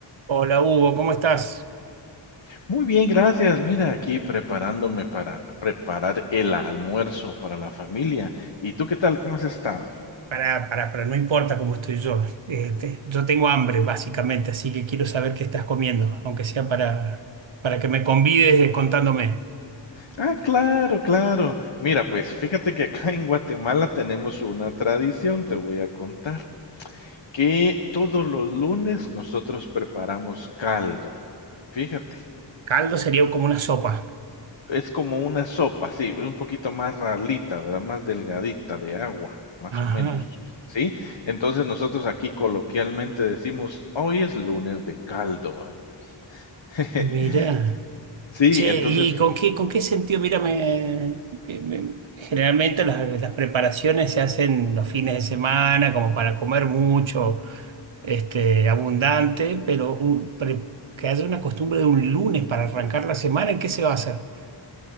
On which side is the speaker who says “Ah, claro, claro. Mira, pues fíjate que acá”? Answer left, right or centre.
Left